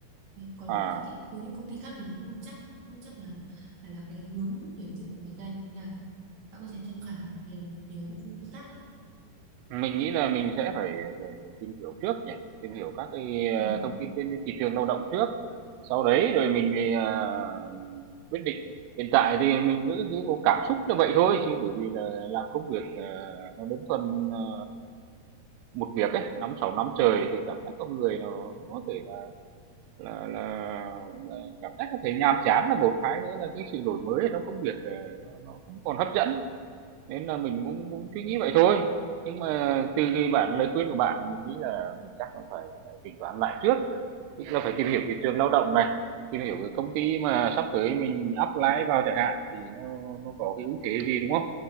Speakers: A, on the right; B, on the right.
A: còn
B: à
A: cái thị với những công ty khác thì mình cũng không chắc không chắc là là là cái hướng tuyển dụng của người ta như thế nào bạn có thể tham khảo nhiều nhiều những công ty khác đấy
B: Mình nghĩ là mình sẽ phải phải phải tìm hiểu trước nhỉ, tìm hiểu các cái,
A: ừ.
B: ờ, thông tin trên thị trường lao động trước, sau đấy rồi mình mới, à, mình quyết định. Hiện tại thì mình cứ nghĩ vô cảm xúc là vậy thôi, chứ bởi vì là làm công việc, ờ, nó đơn thuần, ờ, một việc ấy, 5-6 năm trời thì cảm giác con người nó nó có thể là là là là cảm giác có thể nhàm chán là một, hai nữa là cái sự đổi mới ở trong công việc, ờ, nó nó không còn hấp dẫn. Nên là mình cũng cũng suy nghĩ vậy thôi, nhưng mà từ cái bạn lời khuyên của bạn này mình nghĩ là mình chắc cũng phải phải tính toán lại trước, tức là phải tìm hiểu thị trường lao động này, tìm hiểu cái công ty mà sắp tới mình apply vào chẳng hạn thì nó nó có cái ưu thế gì, đúng không?